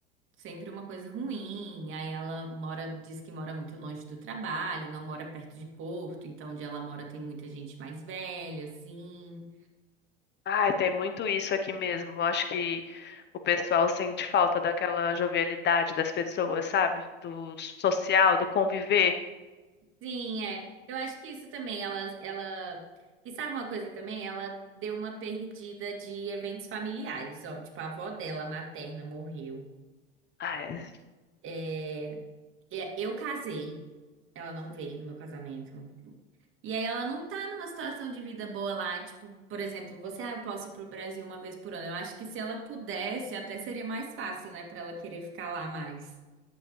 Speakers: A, on the right; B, on the left.
A: sempre uma coisa ruim. Aí ela mora, diz que mora muito longe do trabalho, não mora perto de Porto, então onde ela mora tem muita gente mais velha, assim.
B: Ai, tem muito isso aqui mesmo. Eu acho que o pessoal sente falta daquela jovialidade das pessoas, sabe? Do social, do conviver.
A: Sim, é. Eu acho que isso também, ela, ela... E sabe uma coisa também? Ela deu uma perdida de eventos familiares, ó. Tipo, a avó dela, materna, morreu.
B: Ai,
A: É... é, Eu casei. Ela não veio no meu casamento. não- E aí ela não tá numa situação de vida boa lá, tipo, por exemplo, você, ah, eu posso ir pro Brasil uma vez por ano. Eu acho que se ela pudesse, até seria mais fácil, né, pra ela querer ficar lá mais.